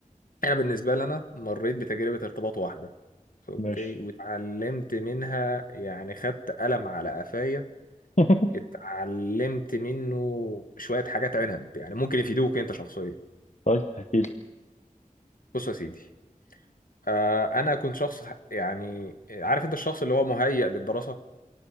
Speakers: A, on the left; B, on the left.
A: أنا بالنسبة لي أنا مريت بتجربة ارتباط واحدة اوكي
B: ماشي
A: واتعلمت منها يعني خدت قلم على قفايا
B: <laughs>
A: اتعلمت منه شوية حاجات عنب يعني ممكن يفيدوك انت شخصيا
B: طيب احكي لي
A: بص يا سيدي آه، انا كنت شخص ه- يعني عارف انت الشخص اللي هو مهيأ للدراسة